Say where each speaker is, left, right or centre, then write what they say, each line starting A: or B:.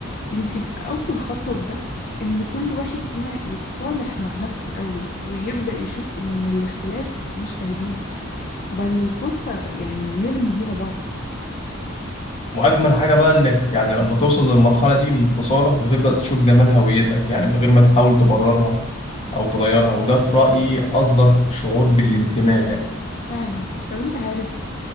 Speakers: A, on the left (about 45°); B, on the left (about 30°).
A: ويمكن أول خطوة في ده إن كل واحد فينا يتصالح مع نفسه الأول ويبدأ يشوف إن الاختلاف مش تهديد بل فرصة يعني نرمي بيها بعض
B: وأجمل حاجة بقى إنك يعني لما توصل للمرحلة دي من التصالح بتبدأ تشوف جمال هويتك يعني من غير ما تحاول تبررها أو تغيرها وده في رأيي أصدق شعور بالانتماء
A: فعلا طب انت عارف